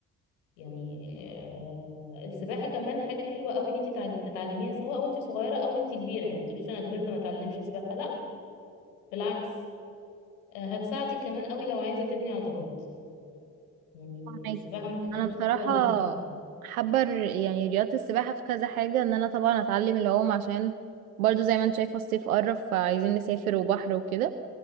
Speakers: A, on the left; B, on the right.
A: يعني آه، السباحة كمان حاجة حلوة أوي إن أنت تع- تتعلميها سواء وأنت صغيرة أو أنت كبيرة يعني ما تقوليش أنا كبرت ما أتعلمش سباحة لأ بالعكس آه، هتساعدك كمان أوي لو عايزة تبني عضلات يعني
B: فهماكي.
A: السباحة من الحاجات
B: انا بصراحه
A: الحلوة اللي هتساعدك
B: حابه الر- يعني رياضه السباحه في كذا حاجه ان انا طبعا اتعلم العوم عشان برضو زي ما انت شايفه الصيف قرب فعايزين نسافر وبحر وكده